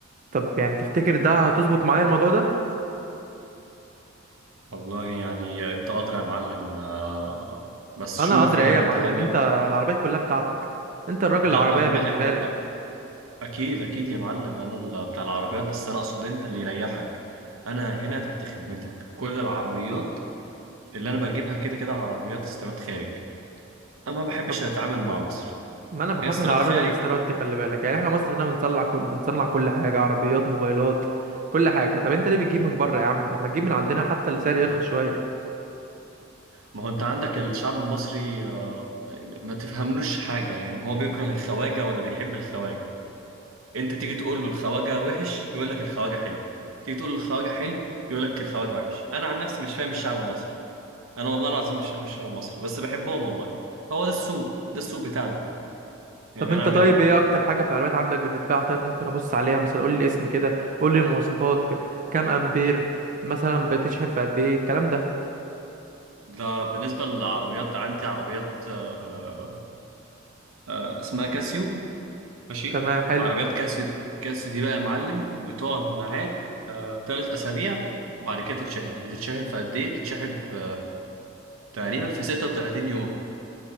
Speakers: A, on the right; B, on the right.
A: طب يعني تفتكر ده هتظبط معايا الموضوع ده
B: والله يعني انت قادر يا معلم آه بس
A: انا
B: شوف
A: ادري
B: يعني
A: ايه يا معلم
B: انت حابب
A: انت
B: ايه
A: العربيات كلها بتاعتك انت الراجل
B: لا
A: العربية
B: أقمأك
A: بالنسبة لي
B: اكيد اكيد يا معلم انا اللي بتاع العربيات بس انا اقصد انت اللي يريحك انا هنا تحت خدمتك كل العربيات اللي انا بجيبها كده كده عربيات استيراد خارج انا ما بحبش
A: طب
B: اتعامل مع مصر
A: ما انا بخاف
B: هي استيراد
A: من العربيات
B: خارج
A: الاستيراد دي خلي بالك يعني احنا مصر هنا بنصنع كل بنصنع كل حاجة عربيات موبايلات كل حاجة طب انت ليه بتجيب
B: مم.
A: من بره يا عم طب ما تجيب من عندنا حتى السعر يرخص شوية
B: ما هو انت عندك الشعب المصري آه، ما تفهملوش حاجة يعني هو بيكره الخواجة ولا بيحب الخواجة انت تيجي تقول له الخواجة وحش يقول لك الخواجة حلو تيجي تقول له الخواجة حلو يقول لك الخواجة وحش انا عن نفسي مش فاهم الشعب المصري انا والله العظيم مش مش شعر مصري بس بحبهم والله هو ده السوق ده السوق بتاعنا يعني
A: طب انت
B: انا اعمل
A: طيب
B: ايه
A: ايه اكتر حاجه في العربيات عندك بتتباع طيب ممكن ابص عليها مثلا قول لي اسم كده قول لي المواصفات ك- كام امبير مثلا بتشحن في قد ايه الكلام ده
B: ده بالنسبه للعربيات عندي عربيات آه آه اسمها كاسيو ماشي
A: تمام حلو
B: عربيات كاسيو دي- كاسيو دي بقى يا معلم بتقعد معاك آه ثلاث اسابيع وبعد كده تتشحن بتتشحن في قد ايه بتتشحن في تقريبا في 36 يوم